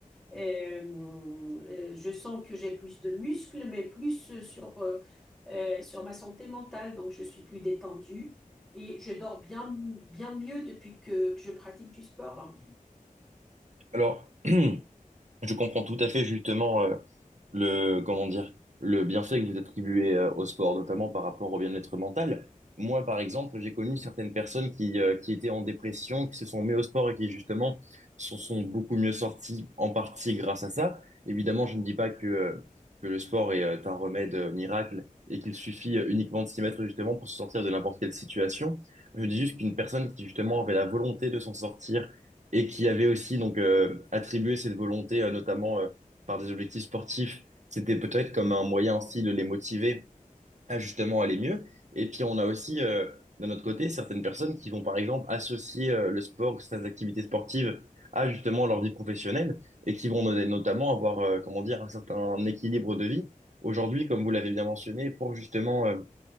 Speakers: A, in the centre; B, on the right.
A: euh, euh, je sens que j'ai plus de muscles, mais plus euh, sur, euh, euh, sur ma santé mentale. Donc, je suis plus détendue et je dors bien, bien mieux depuis que, que je pratique du sport.
B: Alors, <clears throat> je comprends tout à fait justement euh, le comment dire le bienfait que vous attribuez euh, au sport, notamment par rapport au bien-être mental. Moi, par exemple, j'ai connu certaines personnes qui euh, qui étaient en dépression, qui se sont mis au sport et qui justement s'en sont beaucoup mieux sortis en partie grâce à ça. Évidemment, je ne dis pas que euh, que le sport est euh, un remède euh, miracle et qu'il suffit euh, uniquement de s'y mettre justement pour se sortir de n'importe quelle situation. Je dis juste qu'une personne qui justement avait la volonté de s'en sortir et qui avait aussi donc euh, attribué cette volonté euh, notamment euh, par des objectifs sportifs c'était peut-être comme un moyen aussi de les motiver à justement aller mieux. Et puis on a aussi, euh, d'un autre côté, certaines personnes qui vont par exemple associer euh, le sport, certaines activités sportives à justement leur vie professionnelle et qui vont no- notamment avoir, euh, comment dire, un certain équilibre de vie. Aujourd'hui, comme vous l'avez bien mentionné, pour justement euh,